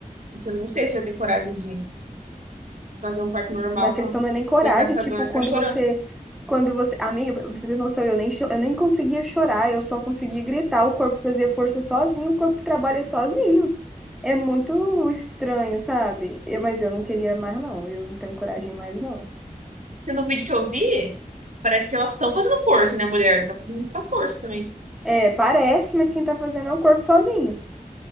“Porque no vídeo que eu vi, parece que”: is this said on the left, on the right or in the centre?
Right